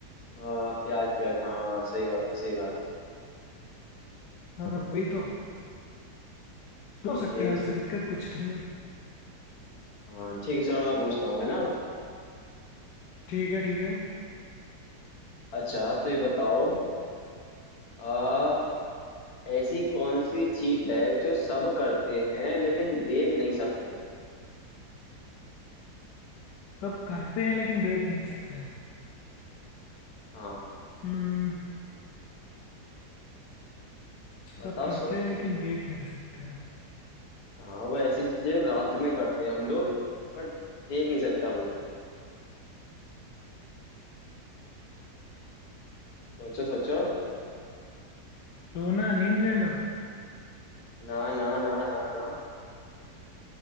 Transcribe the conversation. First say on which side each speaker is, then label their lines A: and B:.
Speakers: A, on the left; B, on the left.
A: हाँ प्याज प्याज हाँ सही बात है सही बात है
B: हाँ वही तो दो हो
A: ओके
B: सकते हैं वैसे
A: समझ
B: दिक्कत कुछ नहीं है
A: हाँ ठीक है चलो मैं पूछता हूँ है ना
B: ठीक है ठीक है
A: अच्छा तो ये बताओ आ, ऐसी कौन सी चीज है जो सब करते हैं लेकिन देख नहीं सकते
B: सब करते हैं लेकिन देख नहीं सकते हैं
A: हाँ
B: हम्म सब
A: बताओ
B: करते
A: सोचो
B: हैं लेकिन
A: सोचो
B: देख नहीं सकते हैं
A: हाँ वो ऐसी चीजें रात में करते हैं हम लोग बट देख नहीं सकता कोई सोचो सोचो
B: सोना नींद लेना
A: ना ना ना ना ना